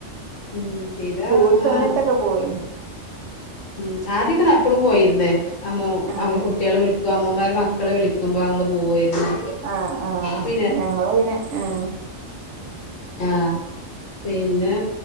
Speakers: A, on the left; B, on the right.
A: ഉം സ്ഥിര
B: ചൂട്
A: അങ്ങനെ
B: സമയത്തൊക്കെ പോയിന്
A: ഉം ആദ്യൊക്കെനപ്പളും പോയിരുന്ന്. അമ്മു
B: ആഹ്
A: അവർ കുട്ടികളെ വിളിക്കും. അമ്മമാര് മക്കളെ വിളിക്കുമ്പോ ഞങ്ങള് പോവേയിരുന്നു.
B: ആഹ് ആഹ്
A: പിന്നെ
B: ഞങ്ങള് പിന്നെ ആഹ്
A: ആഹ്. പിന്നെ